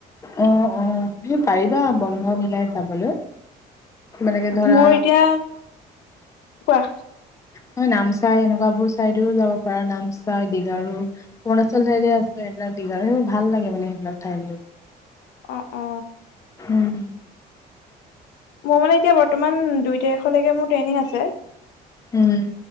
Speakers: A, on the left (about 20°); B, on the left (about 85°).
A: অ'-অ', হে পাৰিবা বন্ধ মিলাই যাবলৈ। মানে কি ধৰা
B: মোৰ এতিয়া কোৱা
A: হয় নামচাই এনেকুৱ বোৰ চাইডও যাব পাৰা নামচাই, দীঘাৰু, অৰুণাচল চাইডে আছে সবিলাক দীঘাৰ সোৰ ভাল লাগে মানে সেইবিলাক ঠাই মোৰ।
B: অ অ
A: উম'।
B: মোৰ মানে এতিয়া বৰ্তমান দুই তাৰিখৰ লেকে মোৰ ট্ৰেইনিং আছে।
A: উম